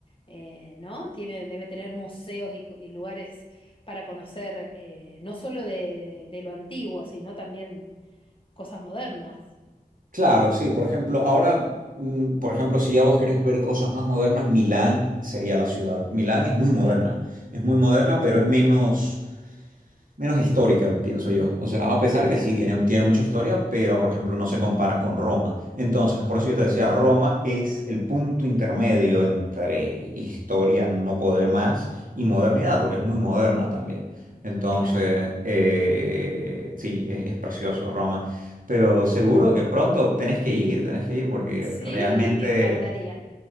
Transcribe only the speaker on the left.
eh, ¿no? Tiene, debe tener museos y, cu- y lugares para conocer, eh, no solo de, de lo antiguo, sino también cosas modernas.
Claro.
Sí,
claro,
no,
claro.
Oh,
sí,
me encantaría.